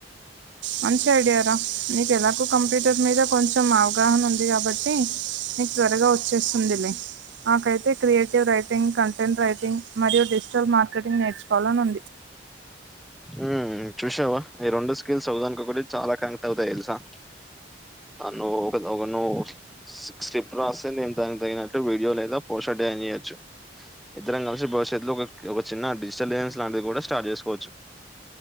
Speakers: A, on the right; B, in the centre.
A: మంచి ఐడియారా నీకు ఎలాగు కంప్యూటర్ మీద కొంచెం అవగాహన ఉంది కాబట్టి నీకు త్వరగా వచ్చేస్తుందిలే నాకైతే క్రియేటివ్ రైటింగ్ కంటెంట్ రైటింగ్ మరియు డిజిటల్ మార్కెటింగ్ నేర్చుకోవాలని ఉంది
B: ఉం చూసావ ఈ రెండు స్కిల్స్ ఒక దానుకొకటి చాలా కనెక్ట్ అవుతాయి తెలుసా నువ్వు ఒక ఒక నువ్వు స్క్రిప్ట్ రాస్తే నేను దానికి తగినట్లు వీడియో లేదా పోష చేయచ్చు ఇద్దరం కలిసి భవిష్యత్తులో ఒక చిన్న డిజిటల్ బిజినెస్స్ లాంటిది కూడా స్టార్ట్ చేసుకోవచ్చు